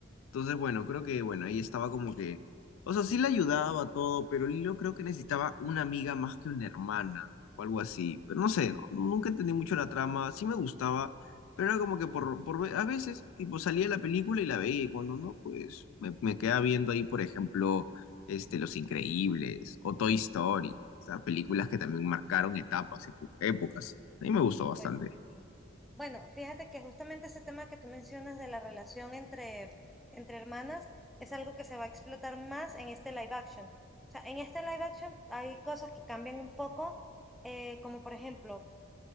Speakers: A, on the left; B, in the centre.
A: Entonces, bueno, creo que, bueno, ahí estaba como que, o sea, sí le ayudaba todo, pero Lilo creo que necesitaba una amiga más que una hermana o algo así. Pero no sé, no- no, nunca entendí mucho la trama, sí me gustaba, pero era como que por, por ve- a veces, tipo, salía de la película y la veía y cuando no, pues me, me quedaba viendo ahí, por ejemplo, este, Los Increíbles o Toy Story, esas películas que también marcaron etapas, epo- épocas. A mí me gustó bastante.
B: Pues sí. bueno, fíjate que justamente ese tema que tú mencionas de la relación entre, entre hermanas es algo que se va a explotar más en este live action. O sea, en este live action hay cosas que cambian un poco, eh, como por ejemplo,